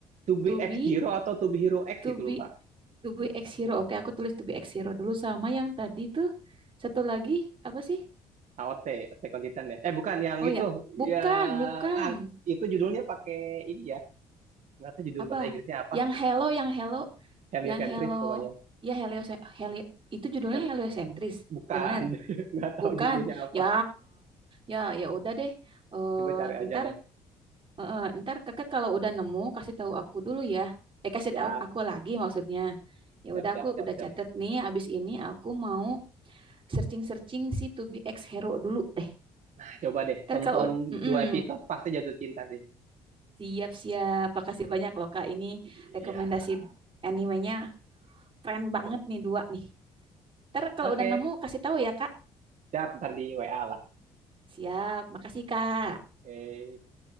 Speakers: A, on the right; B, on the right.
A: to be
B: To
A: X
B: be,
A: Hero atau to be Hero X
B: to
A: itu
B: be,
A: lupa.
B: to be X Hero. Oke, aku tulis to be X Hero dulu sama yang tadi tuh. Satu lagi apa sih?
A: AOT, Attack on Titan ya. Eh bukan yang itu,
B: Oh ya,
A: yang
B: bukan, bukan.
A: ah, itu judulnya pakai ini ya. Nggak tahu judul
B: Apa?
A: bahasa Inggrisnya apa.
B: Yang Hello, yang Hello,
A: Heliocentris
B: yang Hello.
A: pokoknya.
B: Ya Helio, Helio. Itu judulnya
A: Hel-
B: heliosentris.
A: Bukan,
B: Bener.
A: <laughs> nggak tahu
B: Bukan.
A: judulnya apa.
B: Ya, ya, ya udah deh. Eh,
A: Coba cari aja
B: ntar,
A: dah.
B: eh, eh, ntar kakak kalau udah nemu kasih tahu aku dulu ya. Eh kasih
A: Siap,
B: tahu aku lagi maksudnya. Ya
A: siap,
B: udah
A: siap,
B: aku
A: siap,
B: udah
A: siap.
B: catet nih. Abis ini aku mau searching-searching si To Be Ex Hero dulu deh.
A: Nah, coba deh,
B: Ntar
A: tonton
B: kalau mm-mm,
A: dua episode pasti jatuh cinta sih.
B: siap-siap, makasih banyak loh Kak. Ini
A: Ya.
B: rekomendasi animenya keren banget
A: siap.
B: nih dua nih. Ntar kalau
A: Oke,
B: udah nemu kasih tahu ya Kak.
A: siap ntar di WA lah.
B: Siap, makasih Kak.
A: Oke.